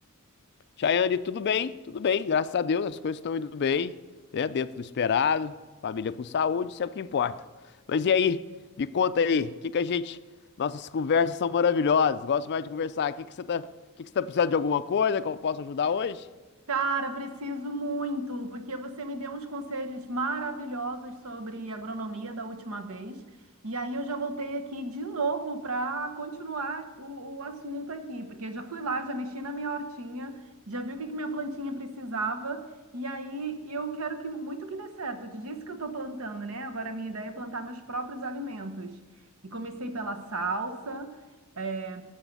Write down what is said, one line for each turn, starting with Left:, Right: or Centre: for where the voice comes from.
Left: Chayane, tudo bem? Tudo bem, graças a Deus, as coisas estão indo bem, né? Dentro do esperado, família com saúde, isso é o que importa. Mas e aí, me conta aí, o que que a gente. Nossas conversas são maravilhosas, gosto mais de conversar. O que que você tá, o que que você tá precisando de alguma coisa que eu possa ajudar hoje?
Right: Cara, preciso muito, porque você me deu uns conselhos maravilhosos sobre agronomia da última vez, e aí eu já voltei aqui de novo para continuar o, o assunto aqui, porque eu já fui lá, já mexi na minha hortinha, já vi o que que minha plantinha precisava, e aí eu quero que muito que dê certo. Eu te disse que eu estou plantando, né? Agora a minha ideia é plantar meus próprios alimentos. E comecei pela salsa, eh,